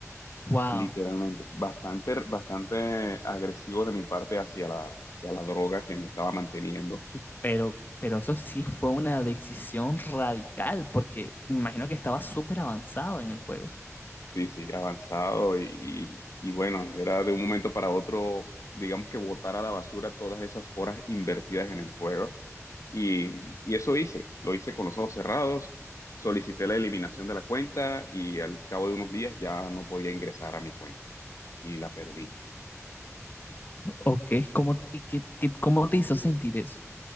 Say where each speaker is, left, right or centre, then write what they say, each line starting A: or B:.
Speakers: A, on the left (about 35°); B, on the left (about 70°).
A: wow,
B: literalmente. Bastante, bastante agresivo de mi parte hacia la, hacia la droga que me estaba manteniendo.
A: pero, pero eso sí fue una decisión radical porque me imagino que estaba súper avanzado en el juego.
B: Sí, sí, avanzado y, y, y bueno, era de un momento para otro, digamos que botar a la basura todas esas horas invertidas en el juego. Y, y eso hice, lo hice con los ojos cerrados, solicité la eliminación de la cuenta y al cabo de unos días ya no podía ingresar a mi cuenta y la perdí.
A: Ok, ¿cómo, y qué, qué- cómo te hizo sentir eso?